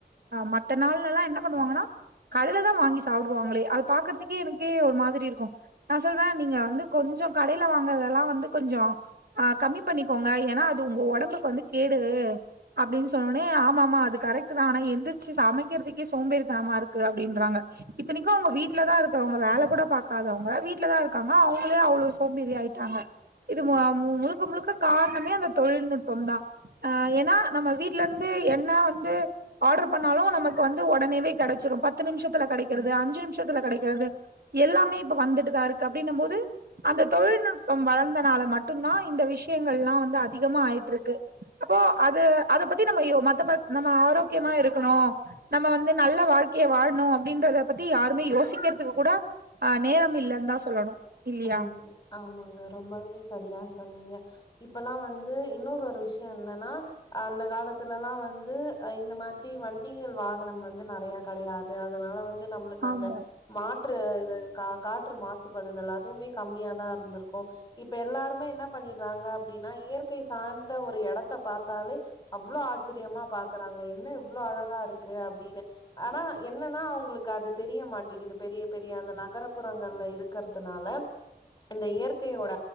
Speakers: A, on the right; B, on the left.
A: மத்த நாள்லெல்லா என்ன பண்ணுவாங்கனா கல்ல தா வாங்கி சாப்புடுவாங்களே அது பாக்குறதுக்கே எனக்கே ஒரு மாதிரி இருக்கு நா சொல்வே நீங்க வந்து கொஞ்சொ கடைல வாங்குறதெல்லா வந்து கொஞ்சொ அ கம்மி பண்ணிக்கோங்க ஏனா அது உங்க ஒடம்புக்கு வந்து கேடு அப்டின் சொன்னோனெ ஆமாமா அது கரெக்ட்டு தா ஆனா எந்திர்ச்சு சமக்கிறதுக்கே சோம்பேறித்தனமா இருக்கு அப்டின்றாங்க இத்தனைக்கு அவுங்க வீட்லதா இருக்குறவுங்க வேல கூட பாக்காதவுங்க வீட்ல தா இருக்காங்க அவுங்களே அவ்ளொ சோம்பேறி ஆயிட்டாங்க இது ம முழுக்க முழுக்க காரணமே அந்த தொழில்நுட்பம் தா அ ஏனா நம்ம வீ ட்லெந்து என்ன வந்து ஆர்டர் பண்ணாலு நமக்கு வந்து ஒடனேவே கெடச்சிரு பத்து நிமிஷ த்துல கெடைக்கிறது
B: ம்
A: அஞ்சு நிமிஷத்துல கெடைக்கிறது எல்லாமே இப்ப வந்துட்டுதா இருக்கு அப்டின்னம் போது அந்த தொழில்நுட்பம் வளர்ந்தனால மட்டுந்தா இந்த விஷ்யங்கள்லா வந்து அதிகமா ஆயிட்ருக்கு அப்போ அத அத பத்தி நம்ம யோ மத்தப நம்ம ஆரோக்கியமா இருக்கணு நம்ம வந்து நல்ல வாழ்க்கைய வாழணு அப்டின்றத பத்தி யாருமே யோசிக்கிறதுக்கு கூட ஆ நேரம் இல்லன்தா சொல்லணு இல்லியா
B: ஓ ஆமாங்க ரொம்பவே சரியா சொன்னீங்க இப்பல்லா வந்து இன்னொரு ஒரு விஷ்யொ என்னனா அந்த காலத்துலல்லா வந்து இந்த மாதிரி வண்டிகள் வாகனம் வந்து நறைய கடையாது அதனால வந் து நம்ளுக்கு
A: ஆமா
B: அந்த மாற்று து கா காற்று மாசுபடுதலா துவ்மே கம்மியா தா இருந்துருக்கு இப்ப எல்லாருமே என்ன பண்ணிட்றாங்க அப்டின்னா இயற்கை சார்ந்த ஒரு எடத்த பாத்தாலே அவ்ளோ ஆச்சரியமா பாக்குறாங்க என்ன இவ் ளோ அழகா இருக்கு அப்டின்னு ஆனா என்னனா அவுங்ளுக்கு அது தெரிய மாட்டிகிது பெரிய பெரிய அந்த நகரபுறங்கள்ல இரு க்கற்து னால இந்த இயற்கையோட